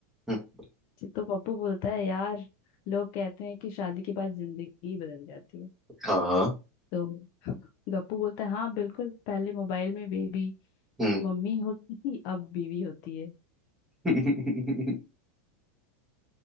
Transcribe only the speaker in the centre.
हम्म,
हाँ
हम्म
<laughs>